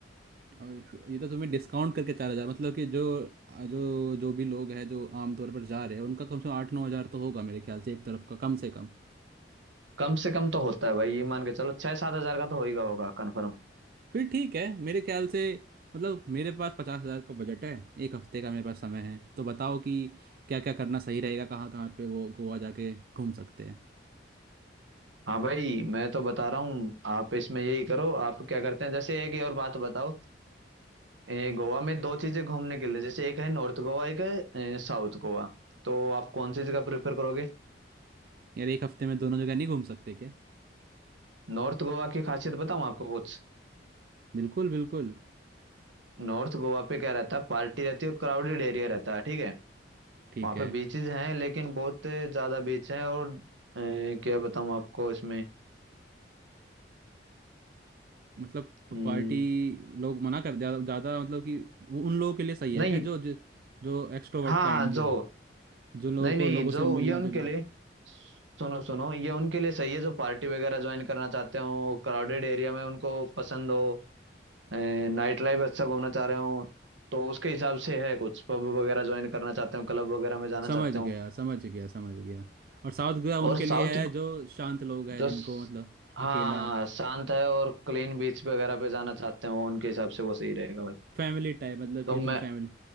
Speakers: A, on the right (about 50°); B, on the right (about 80°).
A: और फिर- ये तो तुम्हें डिस्काउंट करके चार हज़ार मतलब कि जो जो जो भी लोग हैं जो आमतौर पर जा रहे हैं उनका कम से कम आठ नौ हज़ार तो होगा मेरे ख्याल से एक तरफ का कम से कम
B: कम से कम तो होता है भाई ये मान के चलो छह सात हजार का तो होगा होगा कन्फर्म
A: फिर ठीक है मेरे ख्याल से मतलब मेरे पास पचास हजार का बजट है एक हफ्ते का मेरे पास समय है तो बताओ कि क्या क्या करना सही रहेगा कहाँ कहाँ पे वो गोवा जाके घूम सकते हैं
B: हाँ भाई मैं तो बता रहा हूँ आप इसमें यही करो आप क्या करते हैं जैसे एक ही और बात बताओ ए, गोवा में दो चीजें घूमने के लिए जैसे एक है नॉर्थ गोवा एक है साउथ गोवा तो आप कौन सी जगह प्रेफर करोगे
A: यार एक हफ्ते में दोनों जगह नहीं घूम सकते क्या
B: नॉर्थ गोवा की खासियत बताऊँ आपको कुछ
A: बिल्कुल बिल्कुल
B: नॉर्थ गोवा पे क्या रहता है पार्टी रहती है और क्राउडेड एरिया रहता है ठीक है
A: ठीक
B: वहाँ पे
A: है
B: बीचेस हैं लेकिन बहुत ज्यादा बीच हैं और अ, क्या बताऊँ आपको इसमें
A: मतलब प-
B: हम्म,
A: पार्टी लोग मना कर ज़्यादा ज़्यादा मतलब कि वो उन लोगों के लिए सही है
B: नहीं
A: क्या जो जो, जो एक्सट्रोवर्ट
B: हाँ
A: काइंड
B: जो
A: जो लोगों
B: नहीं
A: को
B: नहीं
A: लोगों
B: जो
A: से मिलना
B: ये उनके
A: जुलना
B: लिए सुनो सुनो ये उनके लिए सही है जो पार्टी वगैरह ज्वाइन करना चाहते हो क्राउडेड एरिया में उनको पसंद हो नाइट लाइफ अच्छा घूमना चाह रहे हो तो उसके हिसाब से है कुछ पब वगैरह ज्वाइन करना चाहते हो क्लब वगैरह में जाना
A: समझ
B: चाहते
A: गया
B: हो
A: समझ गया समझ गया और साउथ गोवा
B: और
A: उनके
B: साउथ
A: लिए है जो शांत लोग हैं
B: जो
A: जिनको
B: स-
A: मतलब
B: हाँ
A: अकेला
B: शांत है और क्लीन बीच वगैरह पे जाना चाहते हो उनके हिसाब से वो सही रहेगा भाई
A: फैमिली टाइप मतलब
B: तो
A: कि
B: मैं
A: तुम फैमिली